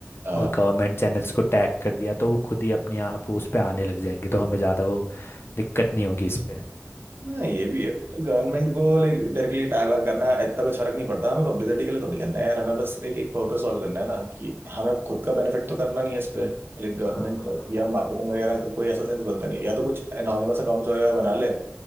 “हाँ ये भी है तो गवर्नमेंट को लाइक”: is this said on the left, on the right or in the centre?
Right